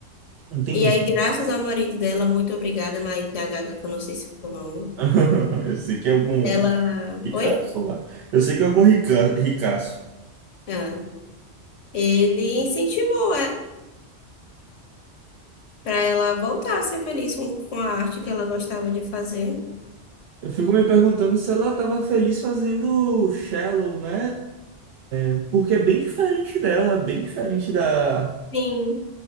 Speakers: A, on the right (about 60°); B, on the left (about 75°).
A: Entendi.
B: E aí, graças ao marido dela, muito obrigada, marido da Gaga, que eu não sei se é o nome.
A: <laughs> Eu sei que é algum
B: Ela.
A: ricaço
B: Oi?
A: lá. Eu sei que é algum rica... ricaço.
B: Ah, ele incentivou ela para ela voltar a ser feliz com, com a arte que ela gostava de fazer.
A: Eu fico me perguntando se ela estava feliz fazendo Shallow, né? É, Porque é bem diferente dela, bem diferente da.
B: Sim.